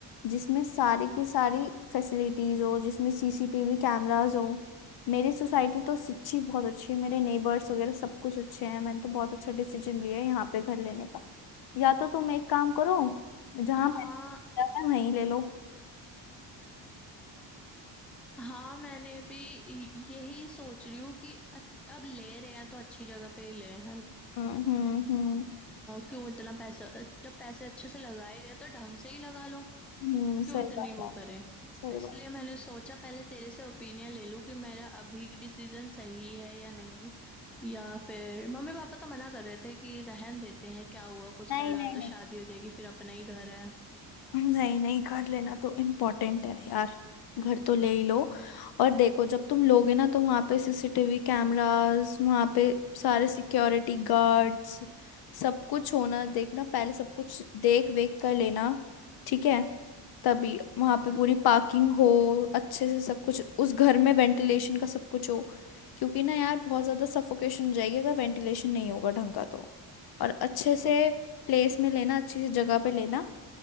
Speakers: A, on the left (about 55°); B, in the centre.
A: जिसमें सारी की सारी फैसिलिटीज हो जिसमें सीसीटीवी कैमरास हो मेरी सोसाइटी तो सच्ची बहुत अच्छी है मेरे नेबर्स वगैरह सब कुछ अच्छे हैं मैंने तो बहुत अच्छा डिसीजन लिया है यहाँ पे घर लेने का या तो तुम एक काम करो जहाँ
B: हाँ
A: मैं मैं वहीं ले लो
B: हाँ मैंने भी य- यही सोच रही हूँ कि अच- अब ले रहे हैं तो अच्छी जगह पे ही ले हैं
A: हम्म हम्म हम्म
B: क्यों इतना पैसा जब पैसे अच्छे से लगा ही रहे हैं, तो ढंग से ही लगा लो
A: हम्म,
B: क्यों
A: सही
B: इतनी
A: बात
B: वो
A: है
B: करें
A: सही
B: इसलिए
A: बात
B: मैंने सोचा पहले तेरे से ओपिनियन ले लूं कि मेरा अभी डिसीजन सही है या नहीं या फिर मम्मी पापा तो मना कर रहे थे कि रहन देते हैं क्या हुआ कुछ
A: नहीं
B: साल बाद
A: नहीं
B: तो
A: नहीं
B: शादी हो जाएगी फिर अपना ही घर है
A: नहीं नहीं घर लेना तो इम्पोर्टेंट है यार घर तो ले ही लो और देखो जब तुम लोगे ना तो वहां पे सीसीटीवी कैमरास वहां पे सारे सिक्योरिटी गार्ड्स सब कुछ होना देखना पहले सब कुछ देख वेख कर लेना ठीक है तभी वहां पे पूरी पार्किंग हो अच्छे से सब कुछ उस घर में वेंटिलेशन का सब कुछ हो क्योंकि ना यार बहुत ज्यादा सफोकेशन हो जाएगी अगर वेंटिलेशन नहीं होगा ढंग का तो और अच्छे से प्लेस में लेना अच्छी सी जगह पे लेना